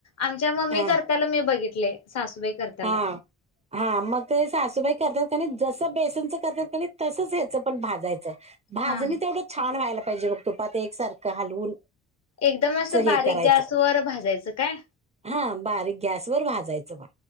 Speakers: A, on the left; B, on the right.
A: आमच्या मम्मी
B: हा
A: करत्याला मी बघितले सासूबाई करताला
B: हा हा मग ते सासूबाई करतात जस बेसनच करतात तसच ह्याच पण भाजायचं भाजणी
A: हा
B: तेवढं छान व्हायला पाहिजे बघ तुपात एकसारखं हलवून
A: एकदम असं बारीक
B: हे करायचं
A: गॅसवर भाजायचं काय
B: हा बारीक गॅसवर भाजायचं बा